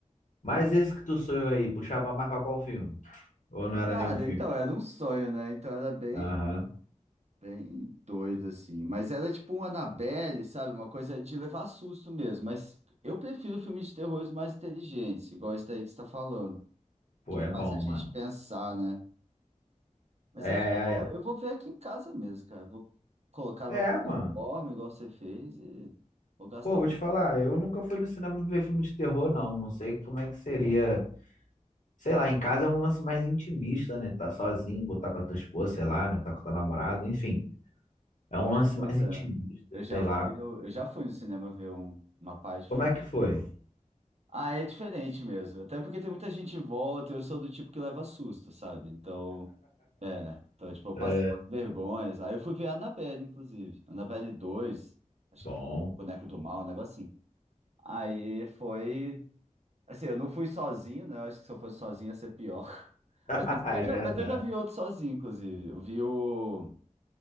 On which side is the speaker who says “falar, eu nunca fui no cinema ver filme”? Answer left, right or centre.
Left